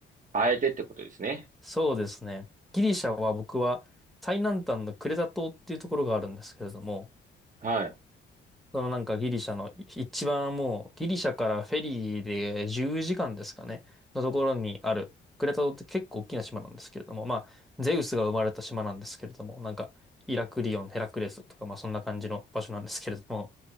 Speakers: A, on the right; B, in the centre.
A: あえてってことですね。
B: う、そうですね。ギリシャは僕は最南端のクレタ島っていうところがあるんですけれども、
A: はい。あ
B: そのなんかギリシャの一番もうギリシャからフェリーで10時間ですかね、のところにあるクレタ島って結構大きな島なんですけれども、まあゼウスが生まれた島なんですけれども、なんかイラクリオン、ヘラクレスとかまあそんな感じの場所なんですけれども、